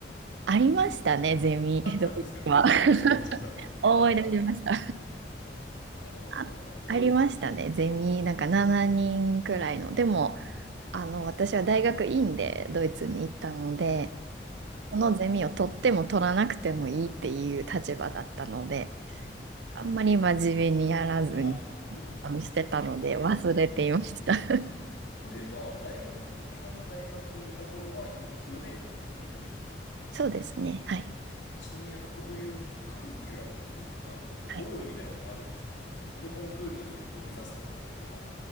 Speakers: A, on the right; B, on the left.
A: ありましたね、ゼミ、
B: あったんですが、
A: <laughs> ドイツは。
B: <laughs>
A: <laughs>
B: 今思い出した。
A: 思い出しました。
B: あった、あったんですね。なるほど、
A: あ、
B: なるほど。
A: ありましたね。ゼミ、なんか7人くらいの。でも、あの、私は大学院でドイツに行ったので、
B: うんうん。
A: そのゼミを取っても取らなくてもいいっていう立場だったので、
B: うんうん。
A: あんまり真面目にやらずに、
B: ああ、<laughs>
A: あの、してたので忘れていました。
B: ええなるほ
A: <laughs>
B: ど。例えば、大学、例えば日本の大学にいた頃はよ4年間ですよね、基本的には。
A: そうですね。はい。
B: それってちなみになんかどういうカリキュラムというか、なんかゴールみたいなことあるんですかなんか、
A: はい。
B: このコンクールを目指すとか、例えば、